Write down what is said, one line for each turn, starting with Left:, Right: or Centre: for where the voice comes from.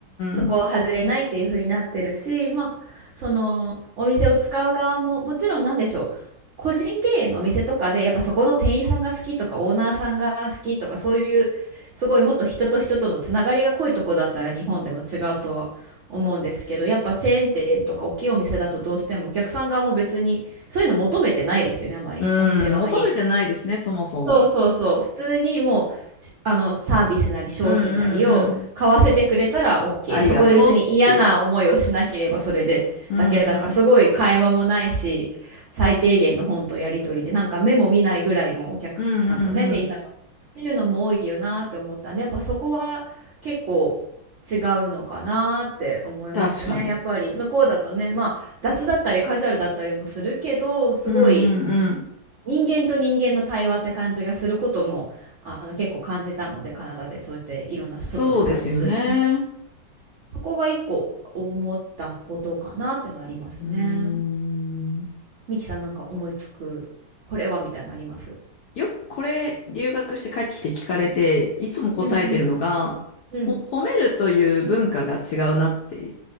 Right: そこを外れないっていう風になってるし、
Left: ん。
Right: まあ、そのお店を使う側ももちろんなんでしょう個人経営のお店とかでやっぱそこの店員さんが好きとかオーナーさんが好きとかそういうすごいもっと人と人とのつながりが濃いとこだったら日本でも違うとは思うんですけどやっぱチェーン店とか大きいお店だとどうしてもお客さん側も別にそういうの求めてないですよねあまりお店側に。
Left: うん、求めてないですね、そもそも。
Right: そうそうそう。普通にもう、しあの、サービスなり商品なりを買わせてくれたら
Left: うんうんうん。
Right: OK
Left: ありがとうっていう。
Right: で、そこで別に嫌な思いをしなければそれでだけだから、
Left: うんうん。
Right: すごい会話もないし、最低限の本とやり取りで、なんか目も見ないぐらいのお客さんとね、
Left: うんうんうん。
Right: 店員さんが。っていうのも多いよなって思ったんで、やっぱそこは結構違うのかなって思いましたね。
Left: 確かに。
Right: やっぱり向こうだとね、まあ雑だったりカジュアルだったりもするけど、すごい。
Left: うんうんうん。
Right: 人間と人間の対話って感じがすることもあの結構感じたのでカナダでそうやっていろんな外でサービス、
Left: そうですよね。
Right: うんそこが一個思ったことかなってなりますね。
Left: うーん。
Right: ミキさんなんか思いつくこれはみたいなのあります
Left: よくこれ、留学して帰ってきて聞かれて、いつも答えてるのが、
Right: うんうんうん
Left: ほ、褒めるという文化が違うなって。